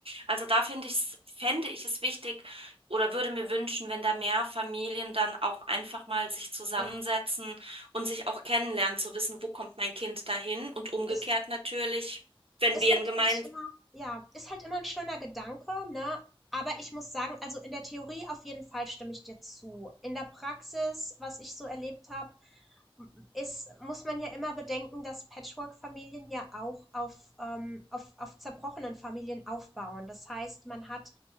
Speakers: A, on the right (about 75°); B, in the centre.
A: Also da finde ich, fände ich es wichtig oder würde mir wünschen, wenn da mehr Familien dann auch einfach mal sich zusammensetzen
B: Ja,
A: und sich auch kennenlernen, zu wissen, wo kommt mein Kind dahin. Und umgekehrt
B: ist,
A: natürlich, wenn
B: ist
A: wir
B: natürlich
A: ein gemeinsames
B: immer, ja, ist halt immer ein schöner Gedanke, ne, aber ich muss sagen, also in der Theorie auf jeden Fall stimme ich dir zu. In der Praxis, was ich so erlebt habe, ist, muss man ja immer bedenken, dass Patchwork-Familien ja auch auf, ähm, auf, auf zerbrochenen Familien aufbauen. Das heißt, man hat